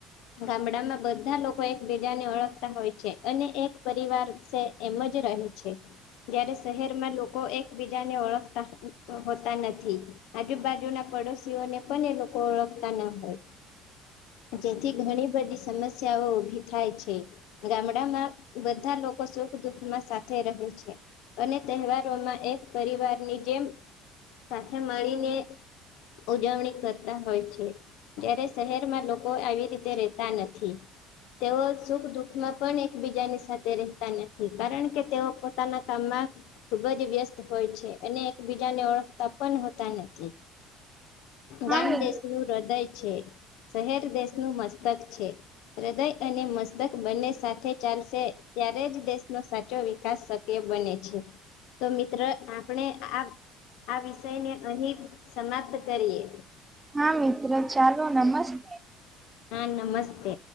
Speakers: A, on the left; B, on the right.
A: ગામડામાં બધા લોકો એકબીજાને ઓળખતા હોય છે અને એક પરિવાર છે એમ જ રહે છે જયારે શહેરમાં લોકો એકબીજાને ઓળખતા હોતા નથી આજુબાજુ ના પડોશીઓને પણ એ લોકો ઓળખતા ના હોય જેથી ઘણી બધી સમસ્યાઓ ઉભી થાય છે ગામડામાં બધા લોકો સુખ દુઃખ માં સાથે થે રહે છે અને તહેવારોમાં એક પરિવારની જેમ સાથે મળીને ઉજવણી કરતા હોય છે જ્યારે શહેરમાં લોકો આવી રીતે રેતા નથી તેઓ સુખ દુખ માં પણ એકબીજાની સાથે રહેતા નથી કારણ કે તેઓ પોતાના કામમાં ખુબ જ વ્યસ્ત હોય છે અને એક ત્યાં ને ઓળખતા પણ હોતા નથી
B: હા
A: ગામ
B: મિ-
A: દેશ નું હૃદય છે શહેર દેશનું મસ્તક છે હૃદય અને મસ્તક બંને સાથે ચાલશે ત્યારે જ દેશનો સાચો વિકાસ શક એ બને છે તો મિત્ર આપણે આ આ વિષય ને અહી સમાપ્ત કરીએ
B: હા મિત્ર ચાલો નમસ્તે
A: હા નમસ્તે